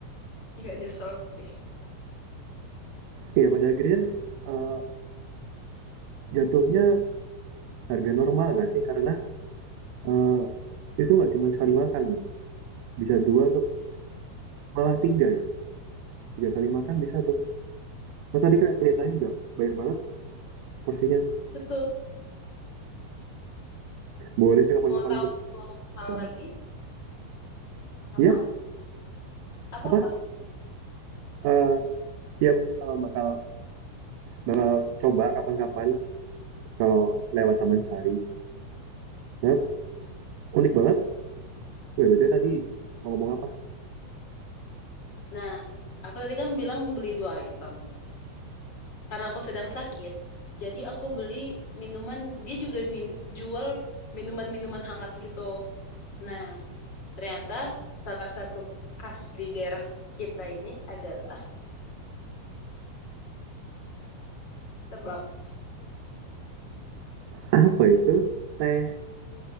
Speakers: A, on the left; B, on the right.
A: nggak nyesel sih.
B: Iya, pada akhirnya eh, jatuhnya harga normal nggak sih? Karena Eee, itu nggak cuma sekali makan gitu, bisa 2 atau malah 3, ya, 3 kali makan bisa tuh. Terus tadi kayak kelihatannya juga banyak banget porsinya.
A: Betul.
B: Boleh sih kapan-kapan
A: Mau tahu
B: aku
A: satu hal
B: coba.
A: lagi? Apa?
B: Ya?
A: Apa-apa?
B: apa, eee, iya aku bakal bakal bakal coba kapan-kapan kalau lewat Taman Sari. Banget, unik banget. wih BTW tadi mau ngomong apa?
A: Nah, aku tadi kan bilang beli dua item. Karena aku sedang sakit, jadi aku beli minuman, dia juga min- jual minuman-minuman hangat gitu. Nah, ternyata salah satu khas di daerah kita ini adalah tebak
B: Apa itu? Teh